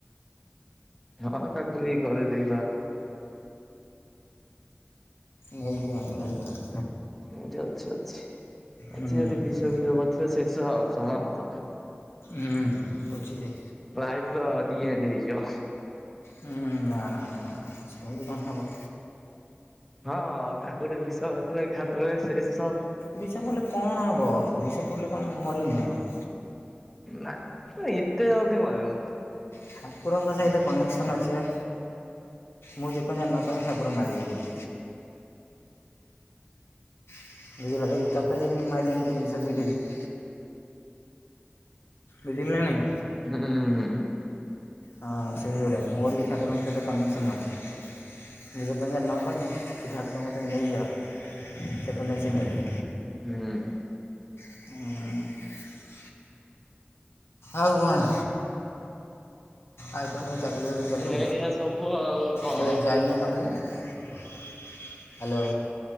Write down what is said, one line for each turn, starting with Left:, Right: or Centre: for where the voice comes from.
Centre: ହଁ କାକୁଡି କରେ ଦେଇଦବା।
Left: ନେଇ ଯା ନେଇ ଯା।
Centre: ଅଛି ଅଛି ଅଛି
Left: ହୁଁ
Centre: ଯଦି ବିଷ ବିହ କରି ଥିବ ଶେଷ ଆଉ ସମାପ୍ତ।
Left: ହୁଁ ପୋଛି ଦେ।
Centre: ଲାଇଫ ର ଡିଏଣ୍ଡ ହେଇଯିବ।
Left: ନା ନା ନା ନା ନା ସେମିତି କଣ ହେବ?
Centre: ହଁ କାକୁଡି ବିଷ <unintelligible> ଖାତ ସେସବ
Left: ବିଷ ଥିଲେ କଣ ହବ ବିଷ ପଡ଼ିଲେ କଣ ମରିମି ନା କଣ?
Centre: ନା ଏତେ ଜଲଦି ମରିବୁନି।
Left: ଠାକୁରଙ୍କ ସହିତ କନେକ୍ସନ ଅଛି। ମୁଁ ଯେପ ନ ପାଇଁ ଠାକୁର ମାରିବେନି। <unintelligible> ବୁଝିଲ ନା ନାଇଁ?
Centre: ହୁଁଁ ହୁଁ।
Left: ହଁ ସେଇଭଳିଆ ମୋର ବି ଠାକୁରଙ୍କ ସହିତ କନେକ୍ସନ୍ ଅଛି। ନିଜେ ପେଜା ନ କ ପିଠାାଟ ନେଇଯା ସେ ପେଞଜାଛନ୍ନେଇ ଦେ
Centre: ହୁଁ।
Left: ହ। ଆଉ କଣ? ଆ ଏ କଣ ଚାକରି ବାକରି ଚାଲୁ
Centre: ଏଇଆ ସବୁ ଆଉ କଣ
Left: ତବେ ଯାଇନ କମକୁ ହ୍ୟାଲୋ।